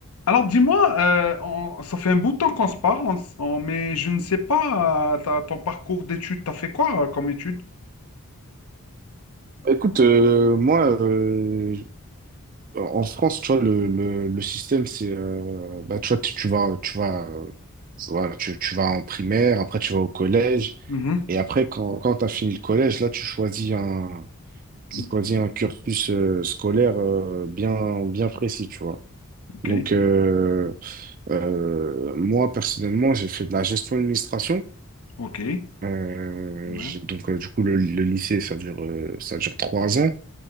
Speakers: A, on the left (about 85°); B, on the right (about 40°).
A: Alors dis-moi, euh, on- ça fait un bout de temps qu'on se parle, on s- on- mais je ne sais pas, euh, ta- ton parcours d'études, t'as fait quoi euh, comme études?
B: Bah, écoute, euh, moi, euh, j- en France, tu vois, le, le, le système, c'est, euh, bah, tu vois, tu, tu vas, tu vas, euh, tu, vois, tu- tu vas en primaire, après tu vas au collège,
A: Mhm.
B: et après, quand, quand tu as fini le collège, là, tu choisis un, tu
A: Mhm.
B: choisis un cursus euh, scolaire euh, bien, bien précis, tu vois.
A: Ok,
B: Donc, euh, euh, moi, personnellement, j'ai fait de la gestion administration.
A: ok,
B: Euh,
A: très bien.
B: j'ai- donc, euh, du coup, le, le lycée, ça dure, euh, ça dure trois ans.